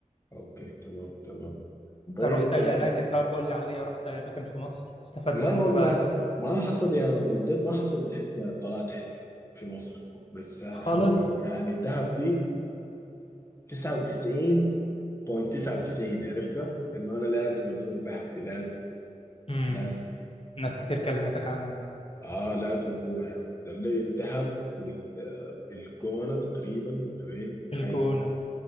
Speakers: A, on the left; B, on the left.
A: اوكي تمام تمام
B: انت
A: طيب
B: رحت اي
A: آه،
B: اماكن طب قول لي عليها رحت اي اماكن في مصر استفاد
A: لا
B: منك
A: والله
B: بقى
A: ما حصل يا من بجد ما حصل حتة طلعت حتة في مصر بس آه،
B: خالص
A: حروح يعني دهب دي 99.99 عرفتها انه انا لازم ازور دهب دي لازم
B: امم
A: لازم
B: ناس كتير كلمتك عنها
A: اه لازم ازورها يعني قال لي الدهب والجونة تقريبا ولا وين
B: الجونة
A: هاي اسمها